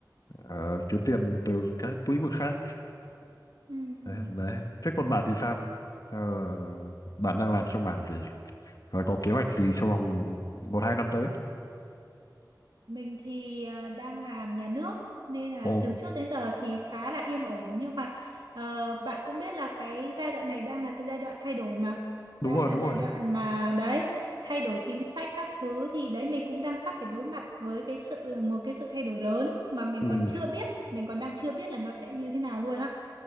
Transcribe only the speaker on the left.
ờ, kiếm tiền từ các lĩnh vực khác
đấy, đấy. Thế còn bạn thì sao? Ờ, bạn đang làm trong mảng gì? Và có kế hoạch gì trong vòng một hai năm tới?
Ồ,
đúng
rồi,
đúng
rồi.
Ừ,